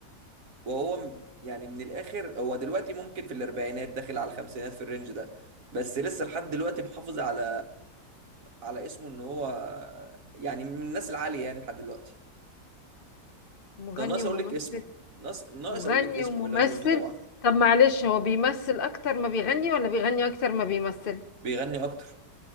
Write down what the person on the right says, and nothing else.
وهو م- يعني من الاخر هو دلوقتي ممكن في الاربعينات داخل على الخمسينات في الرينج ده بس لسه لحد دلوقتي محافظ على على اسمه ان هو يعني من الناس العالية يعني لحد دلوقتي
ده ناقص
اقول لك اسمه ناقص ناقص
اقول لك اسمه
باللي انا قلته ده بقى
آه.
بيغني اكتر